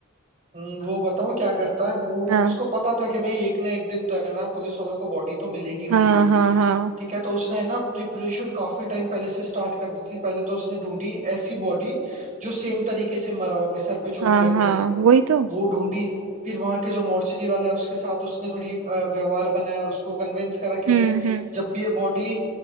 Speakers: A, on the right (about 40°); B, on the right (about 75°).
A: हम्म, वो बताऊं क्या करता है वो
B: हाँ
A: उसको पता था कि भाई एक ना एक दिन तो है ना पुलिस वालों को बॉडी तो मिलेगी मिलेगी
B: हाँ हाँ हाँ
A: ठीक है तो उसने ना प्रिपरेशन काफी टाइम पहले से स्टार्ट कर दी थी पहले तो उसने ढूंढी ऐसी बॉडी जो सेम तरीके से मरा हो कि सर पे चोट
B: हाँ
A: लगने
B: हाँ
A: से
B: वही तो
A: वो ढूंढी फिर वहां के जो मॉर्चरी वाला है उसके साथ उसने थोड़ी अ, व्यवहार बनाया और उसको कन्विंस करा कि
B: हम्म
A: भाई जब भी ये बॉडी